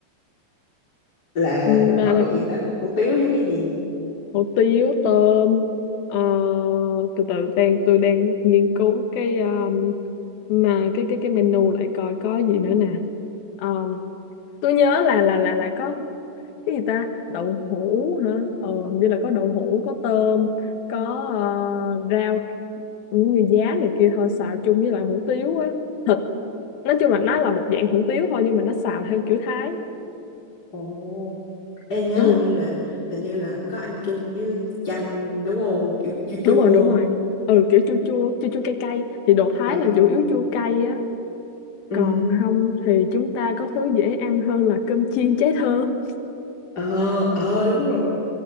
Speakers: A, on the left; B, on the left.
A: là
B: ừ,
A: nó
B: mà,
A: có
B: mà
A: cái gì ta, hủ tiếu với cái gì?
B: hủ tiếu tôm ờ, từ từ đang tôi đang nghiên cứu cái um, mà cái cái cái menu lại coi có gì nữa nè Ờ, tôi nhớ là là là là có cái gì ta đậu hũ hả ờ hình như là có đậu hũ có tôm có ờ, rau những như giá này kia thôi xào chung với lại hủ tiếu á thịt nói chung là nó là một dạng hủ tiếu thôi nhưng mà nó xào theo kiểu Thái
A: Ồ. Ê nhớ
B: ừ
A: hình như là hình như là có ăn chung với chanh đúng không? Kiểu chua chua.
B: đúng rồi đúng rồi ừ kiểu chua chua chua chua cay cay thì đồ Thái
A: Ờ
B: là chủ yếu chua cay á
A: ừ,
B: còn không thì chúng ta có thứ dễ ăn hơn là cơm chiên cháy thơm
A: ờ ờ đúng rồi.